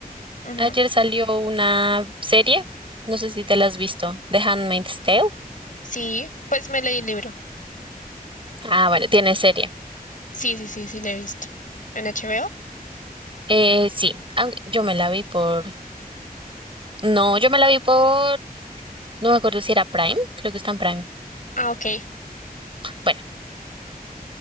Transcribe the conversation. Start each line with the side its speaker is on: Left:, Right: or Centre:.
Left: Ujú.
Right: ayer salió una serie, no sé si te la has visto, The Handmaid's Tale.
Left: Sí, pues me leí el libro.
Right: Ah, bueno, tiene serie.
Left: Sí, sí, sí, sí, le he visto. ¿En HBO?
Right: Eh, sí, ah, yo me la vi por, no, yo me la vi por, no me acuerdo si era Prime, creo que está en Prime.
Left: Ah, ok.
Right: Bueno,